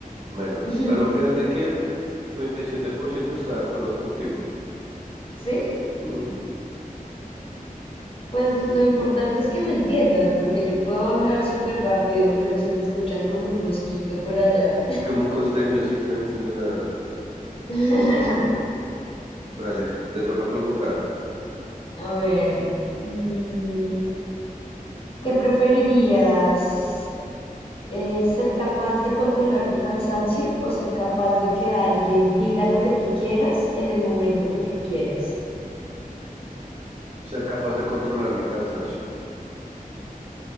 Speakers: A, on the right; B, on the left.
A: Melo.
B: <laughs>
A: Pero fíjate que el 37% está de acuerdo contigo.
B: sí,
A: Mm,
B: pues lo importante es que me entiendan, porque yo puedo hablar súper rápido, pero si me escuchan como un mosquito por allá.
A: Como un costeño, sí que no entiende nada.
B: <laughs>
A: Dale, te toca preguntar.
B: A ver, mm, ¿qué preferirías? es ser capaz de controlar tu cansancio o ser capaz de que alguien diga lo que tú quieras en el momento que tú quieras.
A: Ser capaz de controlar mi cansancio.